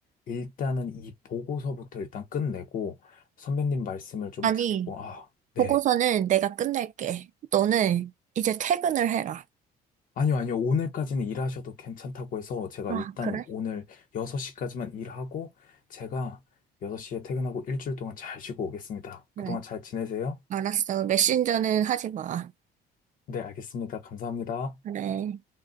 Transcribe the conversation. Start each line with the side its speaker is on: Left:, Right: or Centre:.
Left: 일단은 이 보고서부터 일단 끝내고 선배님 말씀을 좀
Right: 아니,
Left: 듣고, 아, 네.
Right: 보고서는 내가 끝낼게. 너는 이제 퇴근을 해라.
Left: 아니요, 아니요. 오늘까지는 일하셔도 괜찮다고 해서 제가
Right: 아,
Left: 일단
Right: 그래?
Left: 오늘 6시까지만 일하고 제가 6시에 퇴근하고 일주일 동안 잘 쉬고 오겠습니다.
Right: 그래.
Left: 그동안 잘 지내세요?
Right: 알았어. 메신저는 하지 마.
Left: 네, 알겠습니다. 감사합니다.
Right: 그래.